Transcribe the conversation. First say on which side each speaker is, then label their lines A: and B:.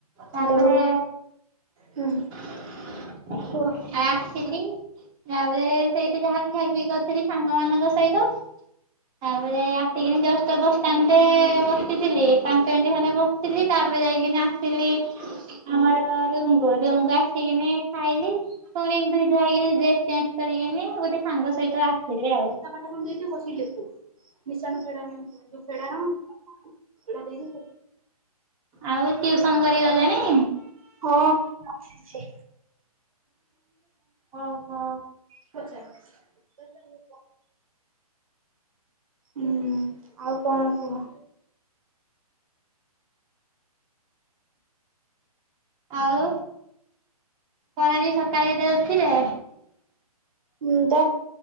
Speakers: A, on the right; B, on the right.
A: ତାପରେ
B: ଦୋ ହୁଁ।
A: ଆସିଲି।
B: କୁହ।
A: ତାପରେ ସେଇଠି ଯାହା ଖିଆ ପିଇ କରିଥିଲି ସାଙ୍ଗ ମାନଙ୍କ ସହିତ ତାପରେ ଆସିକିନି ଜଷ୍ଟ ବସଷ୍ଟାଣ୍ଡେ ବସିଥିଲି ପାଞ୍ଚ ମିନିଟ୍ ଖଣ୍ଡେ ବ ଥିଲି ତାପରେ ଯାଇକିନି ଆସିଲି ଆମର ରୁମକୁ ରୁମକୁ ଆସିକିନି ଖାଇଲି ପୁଣି ଧୁଇ ଧୁଆ ହେଇକିନି ଡ୍ରେସ୍ ଚେଞ୍ଜ୍ କରିକିନି ଗୋଟେ ସାଙ୍ଗ ସହିତ ଆସିଲି ଆଉ।
B: ପାଠ କଣ ଦେଇଚି ବସିକି ଲେଖୁ। ମିଶାଣ ଫେଡାଣ ଯୋଉ ଫେଡାଣ ଏୟା ଦେଇ
A: ଆଉ ଟ୍ୟୁସନ୍ କରି ଗଲେଣି?
B: ହଁ ଆସିଛି।
A: ଓ ହ
B: ପଚାର୍। <unintelligible> ହୁଁ ଆଉ କଣ କୁହ?
A: ଆଉ କଣ ଆଜି ସକାଳେ କେତେବେଳେ ଉଠିଲେ?
B: ମୁଁ ତ